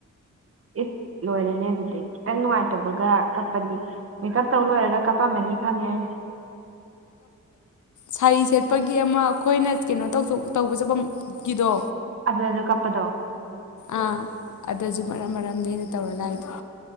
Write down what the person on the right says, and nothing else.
ꯏꯁ ꯂꯣꯏꯔꯦꯅꯦ ꯑꯗꯨꯗꯤ ꯈꯤꯇꯪ ꯅꯨꯡꯉꯥꯏꯇꯕꯒ ꯀꯞꯄꯗꯤ ꯃꯦꯀꯞ ꯇꯧ ꯂꯣꯏꯔꯒ ꯀꯞꯄꯝꯃꯅꯤ ꯈꯪꯉꯦ ꯑꯩꯅ
ꯑꯗ ꯑꯗꯨ ꯀꯄꯗꯣ